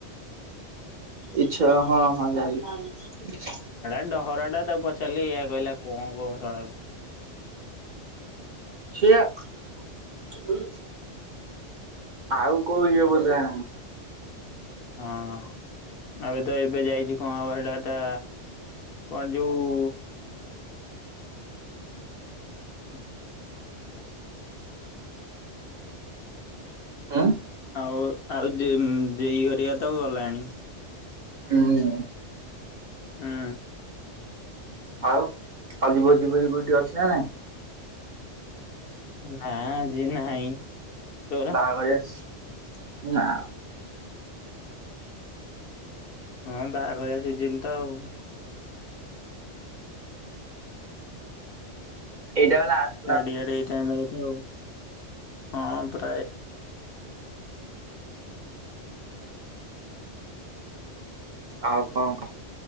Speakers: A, on the right; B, on the left.
A: ଇଛା ହଁ ହଁ ଜାଣିଲି।
B: ହେଟା ଡହରା ଟା ତାକୁ ପଚାରିଲି ଏଇଆ କହିଲା କଁ କହିବୁ ଶଳା କୁ।
A: ସି ଆ। <unintelligible> ଆଉ କୋଉ ଇଏ ବୋଧେ ଏ।
B: ହଁ ଏବେ ତ ଏବେ ଯାଇଛି କଁ ହବ ହେଟା ଟା କଣ ଯୋଉ ହୁଁ।
A: ଉଁ
B: ଆଉ ଆଉ ଯେଇ ହରିକା ତ ଗଲାଣି।
A: ହୁଁ।
B: ଉଁ।
A: ଆଉ ଆଜି ଭୋଜି ଫୋଜି କୋଉଠି ଅଛି ନା ନାଇଁ?
B: ନା ଆଜି ନାହିଁ। ତୋର
A: ବାହାଘରିଆ ସ ନା।
B: ହଁ ବାହାଘରିଆ ସିଜିନି ତ ଆଉ।
A: ଏଇଟା ପା ଲା
B: ଚାଡି ଆଡେ ଏଇ ଟାଇମ୍ ହେଇଚି ଆଉ ହଁ ପ୍ରାୟ
A: ଆଉ କଂ କହ